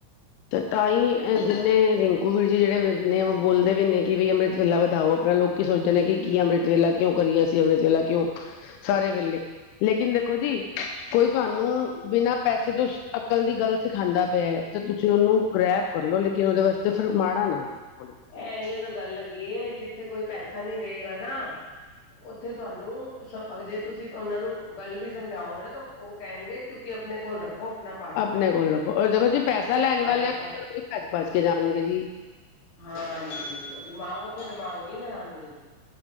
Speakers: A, on the left; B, on the left.
A: ਤੇ ਤਾਂ ਹੀ ਜਿੰਨੇ ਰਿੰਕੂ ਵੀਰ ਜੀ ਜਿਹੜੇ ਨੇ ਉਹ ਬੋਲਦੇ ਵੀ ਨੇ ਕਿ ਬਈ ਅੰਮ੍ਰਿਤ ਵੇਲਾ ਵਧਾਓ ਆਪਣਾ ਲੋਕ ਕੀ ਸੋਚਦੇ ਨੇ ਕਿ ਕੀ ਅੰਮ੍ਰਿਤ ਵੇਲਾ ਕਿਉਂ ਕਰੀਏ ਅਸੀ ਅੰਮ੍ਰਿਤ ਵੇਲਾ ਕਿਉਂ? ਸਾਰੇ ਵੇਲੇ ਲੇਕਿਨ ਦੇਖੋ ਜੀ ਕੋਈ ਤੁਹਾਨੂੰ ਬਿਨਾਂ ਪੈਸੇ ਤੋਂ ਅੱਕਲ ਦੀ ਗੱਲ ਸਿਖਾਂਦਾ ਪਿਆ ਤੇ ਤੁਸੀਂ ਉਹਨੂੰ ਗ੍ਰੈਪ ਕਰ ਲੋ ਲੇਕਿਨ ਉਹਦੇ ਵਾਸਤੇ ਫਿਰ ਮਾੜਾ ਨਾ ਬੋਲੋ
B: ਐਹੀਓ ਤਾਂ ਗੱਲ ਹੈਗੀ ਏ ਜਿੱਥੇ ਕੋਈ ਪੈਸਾ ਨੀ ਦੇਵੇਗਾ ਨਾ ਉੱਥੇ ਤੁਹਾਨੂੰ ਜੇ ਤੁਸੀਂ ਉਹਨਾਂ ਨੂੰ ਗੱਲ ਵੀ ਸਮਝਾਓਗੇ ਨਾ ਤਾਂ ਉਹ ਕਹਿਣਗੇ ਤੁਸੀਂ ਅਪਣੇ ਕੋਲ ਰੱਖੋ ਅਪਣਾ
A: ਅਪਣੇ ਕੋਲ ਰੱਖੋ ਓਰ ਦੇਖੋ ਜੀ ਪੈਸਾ ਲੈਣ ਵਾਲੇਆਂ
B: ਏਦਾਂ
A: ਕੋਲ ਭੱਜ ਭੱਜ ਕੇ ਜਾਣਗੇ ਜੀ।
B: ਹਾਂਜੀ। ਉਹ ਦਿਮਾਗ ਉੱਥੇ ਦਿਮਾਗ ਨਹੀਂ ਲੜਾਣਗੇ।